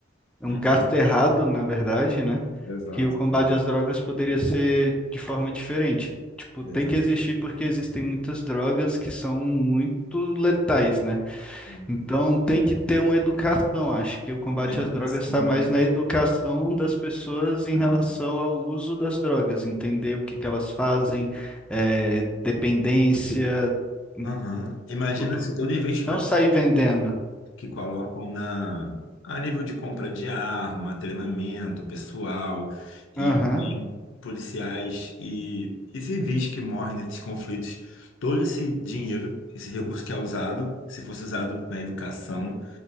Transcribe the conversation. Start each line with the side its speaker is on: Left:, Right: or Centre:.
Centre: é um
Left: Uhum.
Centre: gasto errado, na verdade, né?
Left: Exato,
Centre: Que o combate
Left: sim.
Centre: às drogas poderia ser de forma diferente. Tipo, tem
Left: exato.
Centre: que existir porque existem muitas drogas que são muito letais, né?
Left: Sim.
Centre: Então tem que ter uma educação. Acho que o combate
Left: Educação.
Centre: às drogas está mais na educação das pessoas em
Left: tá?
Centre: relação ao uso das drogas, entender o que que elas fazem, eh, dependência, em
Left: Aham. Imagina
Centre: tudo.
Left: se todo investimento
Centre: Não sair vendendo.
Left: que colocam na a nível de compra de arma, treinamento pessoal e
Centre: Aham,
Left: também policiais e, e civis que morrem nesses conflitos. Todo esse dinheiro, esse recurso que é usado, se fosse usado na educação,